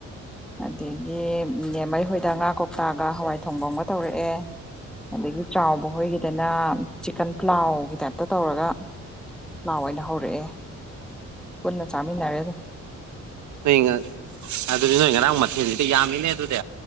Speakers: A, in the centre; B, on the right.
A: ꯑꯗꯒꯤ ꯅꯦꯃꯩ ꯍꯣꯏꯗ ꯉꯥ ꯀꯣꯛꯇꯥꯒ ꯍꯋꯥꯏ ꯊꯣꯡꯕꯃꯒ ꯇꯧꯔꯛꯑꯦ ꯑꯗꯒꯤ ꯆꯥꯎꯕ ꯍꯣꯏꯒꯤꯗꯅ ꯆꯤꯛꯀꯟ ꯄ꯭ꯂꯥꯎꯒꯤ ꯇꯥꯏꯞꯇ ꯇꯧꯔꯒ ꯄ꯭ꯂꯥꯎ ꯑꯣꯏꯅ ꯍꯧꯔꯛꯑꯦ ꯄꯨꯟꯅ ꯆꯥꯃꯤꯟꯅꯥꯔꯦꯗ
B: ꯅꯣꯏ ꯉꯛ ꯑꯗꯨꯗꯤ ꯅꯣꯏ ꯉꯔꯥꯡ ꯃꯊꯦꯜꯖꯤꯗꯤ ꯌꯥꯝꯃꯤꯅꯦ ꯑꯗꯨꯗꯤ